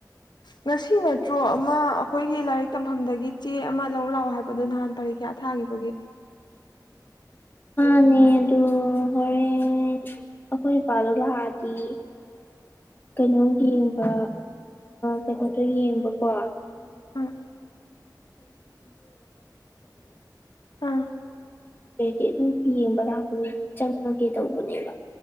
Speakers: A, on the left; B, on the left.
A: ꯉꯁꯤ ꯅꯠꯇ꯭ꯔꯣ ꯑꯃ ꯑꯩꯈꯣꯏꯒꯤ ꯂꯥꯏꯔꯤꯛ ꯇꯝꯐꯝꯗꯒꯤ ꯆꯦ ꯑꯃ ꯂꯧ ꯂꯥꯛꯑꯣ ꯍꯥꯏꯕꯗꯨꯣ ꯅꯍꯥꯟ ꯄꯔꯤ ꯀꯌꯥ ꯊꯥꯈꯤꯕꯒꯤ
B: ꯑ ꯑꯗꯨ ꯍꯣꯔꯦꯟ ꯑꯩꯈꯣꯏ ꯄꯗꯨꯂꯗꯤ ꯀꯩꯅꯣ ꯌꯦꯡꯕ ꯀꯩꯅꯣꯗꯣ ꯌꯦꯡꯕꯀꯣ ꯥꯏ
A: ꯑꯥ ꯑꯥ
B: ꯑꯗꯨꯗꯤ ꯑꯗꯨ ꯌꯦꯡꯕ ꯂꯥꯛꯄꯗꯨꯣ ꯆꯪꯉꯒꯦ ꯇꯧꯕꯅꯦꯕ